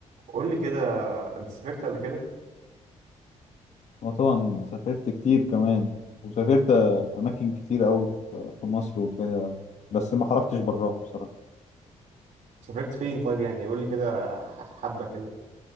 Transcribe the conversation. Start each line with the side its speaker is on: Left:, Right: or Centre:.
Right: قول لي كده انت سافرت قبل كده
Left: وطبعا سافرت كتير كمان وسافرت أماكن كتير أوي في في مصر وكده بس ما خرجتش براها بصراحة
Right: سافرت فين طيب يعني قول لي كده ح- حبة كده